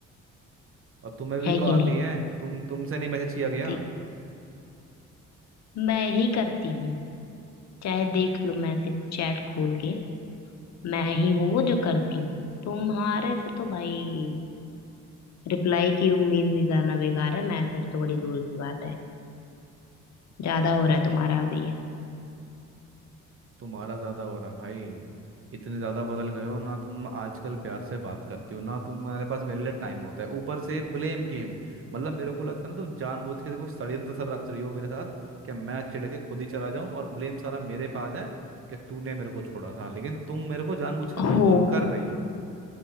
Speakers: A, on the right; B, on the left.
A: और तुम्हें भी
B: है
A: तो
B: कि
A: आती
B: नहीं
A: है तुम तुमसे नहीं मैसेज किया गया
B: दे- मैं ही करती हूँ चाहे देख लो मैसेज चैट खोल के मैं ही हूँ वो जो करती हूँ तुम्हारे से तो भाई रिप्लाई की उम्मीद भी करना बेकार है मैसेज तो बड़ी दूर की बात है ज्यादा हो रहा है तुम्हारा अभी ये
A: तुम्हारा ज्यादा हो रहा है भाई इतने ज्यादा बदल गए हो ना तुम आजकल प्यार से बात करती हो ना तुम्हारे पास मेरे लिए टाइम होता है ऊपर से ब्लेम गेम मतलब मेरे को लगता है ना तुम जानबूझ के कोई षड्यंत्र सर रच रही हो मेरे साथ कि मैं चिढ़ के खुद ही चला जाऊं और ब्लेम सारा मेरे पे आ जाए कि तूने मेरे को छोड़ा था लेकिन तुम मेरे को जानबूझ के मजबूर
B: हो
A: कर रही हो